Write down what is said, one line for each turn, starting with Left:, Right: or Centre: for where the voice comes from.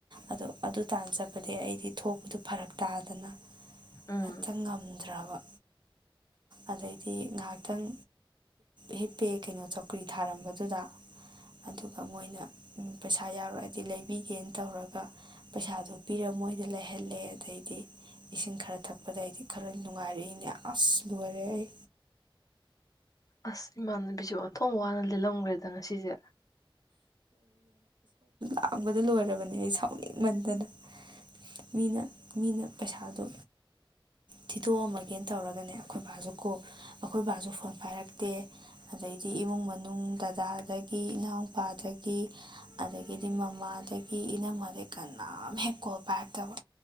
Right: ꯑꯗꯣ ꯑꯗꯨ ꯇꯥꯟꯖꯕꯗꯤ ꯑꯩꯗꯤ ꯊꯣꯛꯄꯗ ꯐꯔꯛ ꯇꯥꯗꯅ
Left: ꯎꯝ
Right: ꯉꯍꯥꯛꯇ ꯉꯝꯗ꯭ꯔꯕ ꯑꯗꯩꯗꯤ ꯉꯥꯏꯍꯥꯛꯇꯪ ꯍꯤꯞꯄꯦ ꯀꯩꯅꯣ ꯆꯧꯀ꯭ꯔꯤ ꯊꯥꯔꯝꯕꯗꯨꯗ ꯑꯗꯨꯒ ꯃꯣꯏꯅ ꯄꯩꯁꯥ ꯌꯥꯎꯔꯛꯑꯗꯤ ꯂꯩꯕꯤꯒꯦꯅ ꯇꯧꯔꯒ ꯄꯩꯁꯥꯗꯣ ꯄꯤꯔꯒ ꯃꯣꯏꯗ ꯂꯩꯍ ꯍꯜꯂꯦ ꯑꯗꯩꯗꯤ ꯏꯁꯤꯡ ꯈꯔ ꯊꯛꯄꯗ ꯑꯩꯗꯤ ꯈꯔ ꯅꯨꯡꯉꯥꯏꯔꯛꯏꯅꯦ ꯑꯁ ꯂꯣꯏꯉꯥꯏꯔꯛꯑꯦ ꯑꯩ
Left: ꯑꯁ ꯃꯥꯟꯅ ꯕꯤꯁꯨ ꯑꯊꯣꯡ ꯋꯥꯅ ꯂꯤꯦꯜꯂꯝꯈ꯭ꯔꯦꯗ ꯉꯁꯤꯁꯦ
Right: ꯄꯥꯡꯕꯗ ꯂꯣꯏꯔꯕꯅꯦ ꯑꯩ ꯁꯥꯎꯅꯤꯡꯃꯟꯗꯅ ꯃꯤꯅ ꯃꯤꯅ ꯄꯩꯁꯥꯗꯨ ꯊꯤꯗꯣꯛꯑꯝꯃꯒꯦꯅ ꯇꯧꯔꯒꯅꯦ ꯑꯩꯈꯣꯏ ꯕꯥꯁꯨ ꯀꯣ ꯑꯩꯈꯣꯏ ꯕꯥꯁꯨ ꯐꯣꯟ ꯄꯥꯏꯔꯛꯇꯦ ꯑꯗꯩꯗꯤ ꯏꯃꯨꯡ ꯃꯅꯨꯡ ꯗꯗꯥꯗꯒꯤ ꯏꯅꯥꯎꯄꯥꯗꯒꯤ ꯑꯗꯒꯤꯗꯤ ꯃꯃꯥꯗꯒꯤ ꯏꯅꯝꯃꯗꯒꯤ ꯀꯅꯥꯝ ꯍꯦꯛꯀꯣꯄꯥꯏꯛꯇꯕ